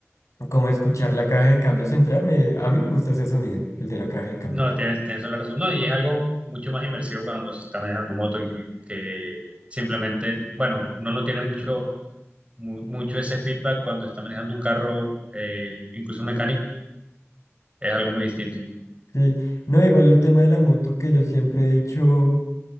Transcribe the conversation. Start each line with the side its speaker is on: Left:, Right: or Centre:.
Left: como escuchar la caja de cambios entrar, me- a mí me gusta ese sonido, el de la caja de cambios.
Right: No, tienes, tienes toda la razón. No, y es algo mucho más inmersivo cuando se está manejando moto y que, que simplemente, bueno, uno no tiene mucho, mu- mucho ese feedback cuando está manejando un carro, eh, incluso mecánico, es algo muy distinto.
Left: Sí, no, igual el tema de la moto que yo siempre he dicho